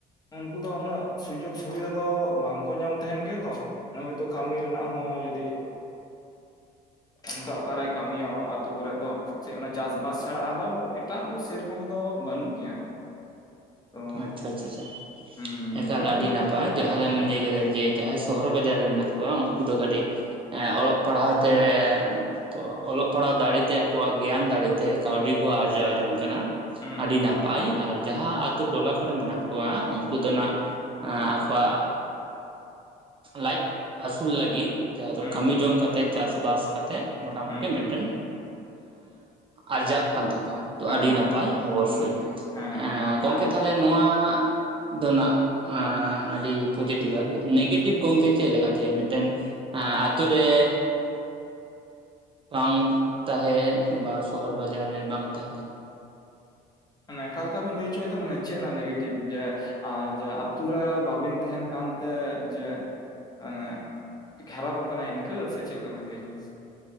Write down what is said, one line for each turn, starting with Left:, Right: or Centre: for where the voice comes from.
Left: ᱩᱱᱠᱩ ᱫᱚ ᱩᱱᱟᱹᱜ ᱥᱩᱡᱳᱜ ᱥᱩᱵᱤᱫᱷᱟ ᱫᱚ ᱵᱟᱝ ᱠᱚ ᱧᱟᱢ ᱛᱟᱸᱦᱮᱱ ᱜᱮᱭᱟ ᱛᱚ ᱱᱚᱜᱼᱚᱭ ᱛᱚ ᱠᱟᱹᱢᱤ ᱨᱮᱱᱟᱜ ᱦᱚᱸ ᱡᱩᱫᱤ ᱚᱝᱠᱟ ᱚᱠᱟᱨᱮ ᱠᱟᱹᱢᱤᱭᱟ ᱟᱹᱛᱩ ᱠᱚᱨᱮᱜ ᱫᱚ ᱥᱮ ᱚᱱᱟ ᱪᱟᱥᱵᱟᱥ ᱪᱷᱟᱲᱟ ᱟᱫᱚ ᱮᱴᱟᱜ ᱫᱚ ᱥᱮᱨᱚᱠᱚᱢ ᱫᱚ ᱵᱟᱹᱱᱩᱜ ᱜᱮᱭᱟ ᱛᱚ
Right: ᱟᱪᱪᱷᱟ ᱪᱷᱟ ᱪᱷᱟ
Left: ᱦᱩᱸ
Right: ᱮᱠᱟᱞ
Left: ᱠᱤᱱᱛᱩ
Right: ᱟᱹᱰᱤ ᱱᱟᱯᱟᱭ ᱡᱟᱦᱟ
Left: ᱡᱩ
Right: ᱜᱮᱢ
Left: ᱦᱮᱸ
Right: ᱞᱟᱹᱭ ᱠᱮᱫᱟ ᱡᱮ ᱥᱚᱦᱚᱨ ᱵᱟᱡᱟᱨ ᱨᱮ ᱢᱮᱱᱟᱜ ᱠᱚᱣᱟ ᱩᱱᱠᱩ ᱫᱚ ᱠᱟᱹᱴᱤᱡ ᱚᱞᱚᱜ ᱯᱟᱲᱦᱟᱣ ᱛᱮ ᱠᱚ ᱚᱞᱚᱜ ᱯᱟᱲᱦᱟᱣ ᱫᱟᱲᱮᱛᱮ ᱟᱠᱚᱣᱟᱜ ᱜᱮᱭᱟᱱ ᱫᱟᱲᱮᱛᱮ ᱠᱟᱹᱣᱰᱤ ᱠᱚ ᱟᱨᱡᱟᱣ ᱡᱚᱝ ᱠᱟᱱᱟ
Left: ᱦᱩᱸ
Right: ᱟᱰᱤ
Left: ᱦᱩᱸ
Right: ᱱᱟᱯᱟᱭ ᱟᱨ ᱡᱟᱦᱟ ᱟᱛᱩ ᱴᱚᱞᱟ ᱠᱚᱨᱮ ᱢᱮᱱᱟᱜ ᱠᱚᱣᱟ ᱩᱱᱠᱩ ᱫᱚ ᱱᱟᱜ ᱟᱠᱚᱣᱟᱜ ᱞᱟᱭᱤᱯ ᱟᱹᱥᱩᱞ ᱞᱟᱹᱜᱤᱫ ᱡᱟᱦᱟ ᱫᱚ
Left: ᱦᱩᱸ
Right: ᱠᱟᱹᱢᱤ ᱡᱚᱝ ᱠᱟᱛᱮᱜ ᱪᱟᱥᱵᱟᱥ ᱠᱟᱛᱮᱜ ᱢᱚᱴᱟᱢᱩᱴᱤ
Left: ᱦᱩᱸ ᱦᱩᱸ
Right: ᱢᱤᱫᱴᱟᱹᱱ ᱟᱨᱡᱟᱜ ᱠᱟᱱ ᱛᱟᱠᱚᱣᱟ ᱛᱚ
Left: ᱦᱮᱸ
Right: ᱟᱹᱰᱤ ᱱᱟᱯᱟᱭ ᱚᱵᱚᱥᱥᱳᱭ
Left: ᱩᱸ ᱦᱮᱸ
Right: ᱮ ᱜᱚᱝᱠᱮ
Left: ᱟᱨ
Right: ᱛᱟᱦᱞᱮ ᱱᱚᱣᱟ ᱫᱚ ᱱᱟᱜ ᱟᱹᱰᱤ ᱯᱚᱡᱮᱴᱤᱵ ᱱᱮᱜᱮᱴᱤᱵᱷ ᱜᱚᱝᱠᱮ ᱪᱮᱫ ᱞᱮᱠᱟ ᱡᱮ ᱢᱤᱫᱴᱟᱹᱱ ᱮᱸ ᱟᱛᱩ ᱨᱮ ᱵᱟᱝ ᱛᱟᱦᱮ ᱠᱤᱝᱵᱟ ᱥᱚᱦᱚᱨ ᱵᱟᱡᱟᱨ ᱨᱮ ᱵᱟᱢ ᱛᱟᱦᱮᱸ ᱞᱮᱝ
Left: ᱢᱟᱱᱮ ᱟᱠᱟᱞᱮᱠᱟ ᱵᱤᱱ ᱞᱟᱹᱭ ᱚᱪᱚᱭᱮᱫᱟ ᱢᱟᱱᱮ ᱪᱮᱫ ᱱᱟᱜ ᱱᱮᱜᱮᱴᱤᱵᱷ ᱡᱮ ᱟᱨ ᱡᱮ ᱟᱛᱩ ᱨᱮ ᱵᱟᱵᱤᱱ ᱛᱟᱦᱮᱸᱱ ᱠᱟᱱᱛᱮ ᱡᱮ ᱢᱟᱱᱮ ᱠᱷᱟᱨᱟᱯᱚᱜ ᱠᱟᱱᱟ ᱤᱱᱠᱟᱹ ᱥᱮ ᱪᱮᱫ ᱞᱮᱠᱟ ᱵᱮᱱ ᱞᱟᱹᱭ ᱪᱚᱟ ᱫᱟ